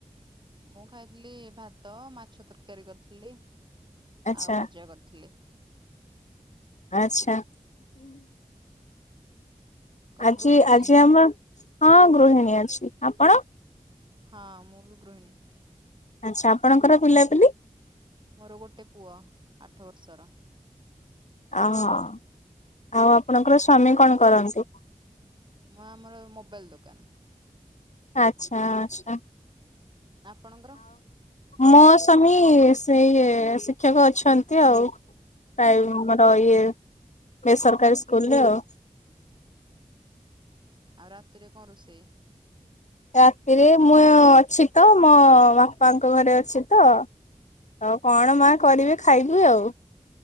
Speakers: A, on the right (about 35°); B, on the left (about 60°).
A: ମୁଁ ଖାଇଥିଲି ଭାତ, ମାଛ ତରକାରୀ କରିଥିଲି।
B: ଆଚ୍ଛା
A: ଆଉ ଭଜା କରିଥିଲି।
B: ଆଚ୍ଛା।
A: କଣ
B: ଆଜି,
A: ଗୃହିଣୀ?
B: ଆଜି ଆମ ହଁ ଗୃହିଣୀ ଅଛି। ଆପଣ?
A: ହଁ, ମୁଁ ବି ଗୃହିଣୀ।
B: ଆଚ୍ଛା! ଆପଣଙ୍କର ପିଲାପିଲି?
A: ମୋର ଗୋଟେ ପୁଅ। ଆଠ ବର୍ଷ ର।
B: ଆଉ ହଁ। ଆଉ ଆପଣଙ୍କର ସ୍ଵାମୀ କଣ କରନ୍ତି?
A: ମୁଁ ଆମର ମୋବାଇଲ ଦୋକାନ।
B: ଆଛା, ଆଛା।
A: ଆପଣଙ୍କର?
B: ମୋ ସ୍ବାମୀ ସେ ଶିକ୍ଷକ ଅଛନ୍ତି ଆଉ। ମୋର ଇଏ ବେସରକାରୀ ସ୍କୁଲରେ ଆଉ।
A: ଆଉ ରାତିରେ କଣ ରୋଷେଇ?
B: ରାତିରେ ମୁଁ ଅଛି ତ ମୋ ବାପାଙ୍କ ଘରେ ଅଛି ତ। ଆଉ କଣ ମା କରିବେ? ଖାଇବି ଆଉ।